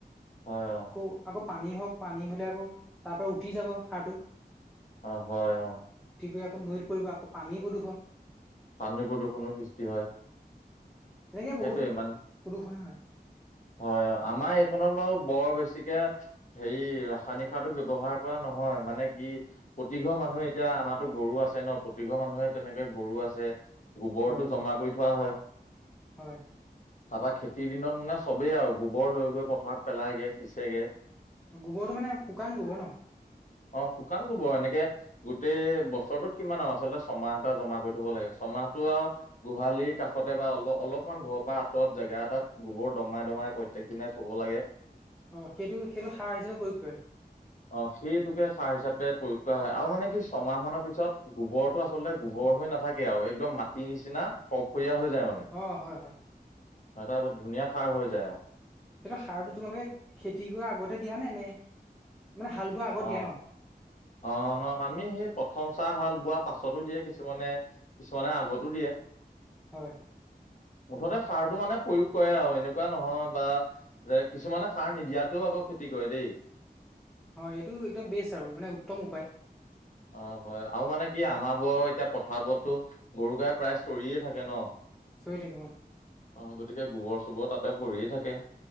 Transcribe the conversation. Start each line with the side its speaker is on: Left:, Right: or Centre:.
Left: হয় অ।
Centre: আকৌ আকৌ পানী হওক পানী হলে আকৌ তাৰ পৰা উঠি যাব। সাৰটো
Left: অ হয় অ।
Centre: উতি গৈ আকৌ নৈত পৰিব আকৌ পানী প্ৰদূষণ।
Left: পানী প্ৰদূৰ্ষণৰ সৃষ্টি হয়,
Centre: তেনেকে বহুত
Left: সেইটোৱে মানে-
Centre: প্ৰদূষণে হয়
Left: হয় আমাৰ এইকত বাৰু বৰ বেছিকে- হেৰি ৰাসায়নিক সাৰতো ব্যৱহাৰ কৰা নহয় মানে কি- প্ৰতিঘৰ মানুহে এতিয়া আমাৰো গৰু আছে ন প্ৰতিঘৰ মানুহে তেনেকে গৰু আছে। গোবৰটো
Centre: হয়
Left: জমা কৰি থোৱা হয়।
Centre: হয়।
Left: তাৰপৰা খেতিৰ দিনত মানে চবেই আৰু গোবৰ লৈ গৈ পথাৰত পেলাইগে সিঁচেগে।
Centre: গোবৰটো মানে শুকান গোবৰ ন
Left: অ শুকান কব এনেকে গোটেই বছৰটোত কিমান আৰু আচলতে ছমাহ এটা জমা কৰি থব লাগে ছমাহটো আৰু গোহালিৰ কাষতে বা অলপ অলপমান ঘৰৰ পৰা ত জেগা এটাত গোবৰ দমাই দমাই প্ৰত্যেক দিনাই থ'ব লাগে
Centre: অ সেইটো সেইটো সাৰ হিচাপে প্ৰয়োগ কৰে
Left: অ সেইটোকে সাৰ হিচাপে প্ৰয়োগ কৰা হয় আৰু মানে কি ছমাহ মানৰ পিছত গোবৰটো আচলতে গোবৰ হৈ নাথাকে আৰু একদম মাটি নিচিনা ফৰফৰীয়া হৈ যায় মানে
Centre: অ হয় হয়
Left: নহ এটা ব ধুনীয়া সাৰ হৈ যায় আৰু
Centre: সেইটো সাৰটো তোমালোকে খেতি কৰা আগতে দিয়া নে নে মানে হাল বোৱা আগত
Left: অ
Centre: দিয়া ন
Left: অ ন আমি সেই প্ৰথম চাহ হাল বোৱা পাছতো দিয়ে কিছুমানে কিছুমানে আগতো দিয়ে
Centre: হয়
Left: মুঠতে সাৰটো মানে প্ৰয়োগ কৰে আৰু এনেকুৱা নহয় বা যে কিছুমানে সাৰ নিদিয়াকেও আকৌ খেতি কৰে দেই
Centre: হয় এইটো একদম বেচ আৰু মানে উত্তম উপায়
Left: অ হয় আৰু মানে কি আমাৰ বোৰৰ এতিয়া পথাৰবোৰতো গৰু গাই প্ৰায় চৰিয়ে থাকে ন
Centre: <unintelligible>
Left: অ গতিকে গোবৰ চোবৰ তাতে পৰিয়ে থাকে